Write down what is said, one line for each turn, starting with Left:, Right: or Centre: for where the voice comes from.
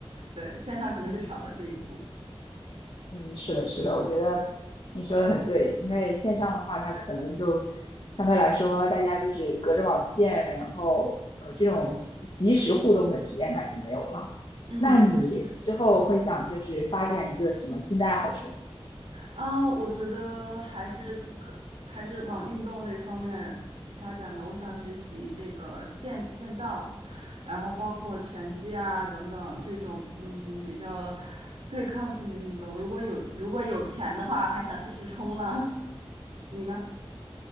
Right: 对，线上可能就少了这一步。
Left: 嗯。嗯，是的，是的，
Right: 嗯
Left: 我觉得你说的很对，因为线上的话，那可能就相对来说，大家就是隔着网线，然后呃，这种即时互动的体验感就没有了。
Right: 嗯，
Left: 那你之后会想就是发展一个什么新的爱好出来吗
Right: 确实，嗯。啊，我觉得还是可还是往运动类方面发展吧。我想学习这个剑剑道，然后包括拳击啊等等这种嗯比较对抗性的运动。如果有如果有钱的话，还想试试冲浪。<laughs> 你呢？